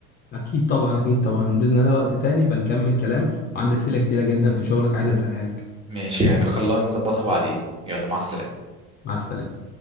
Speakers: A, on the left; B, on the right.
A: اكيد طبعا اكيد طبعا باذن الله وقت تاني بنكمل كلام وعندي اسئله كتيره جدا في شغلك عايز اسالها لك
B: ماشي يعني خلينا نظبطها بعدين يلا مع السلامة
A: مع السلامه